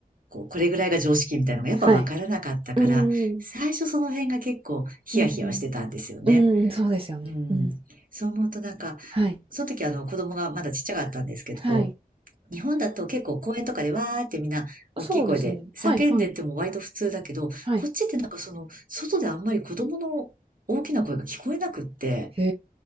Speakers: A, on the right; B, on the right.
A: こう、これぐらいが常識みたいなのがやっぱわからなかったから、
B: はい。うんうん。
A: 最初その辺が結構ヒヤヒヤはしてたんですよね。
B: うん。うん、そうですよね。
A: うん。
B: うん。
A: そう思うとなんか、
B: はい。
A: その時あの子供がまだちっちゃかったんですけど、
B: はい。
A: 日本だと結構公園とかでわーってみんな大きい声で叫んでっても割と普通だけど、
B: そうですね。はいはい。はい。
A: こっちってなんかその外であんまり子供の大きな声が聞こえなくって、
B: へ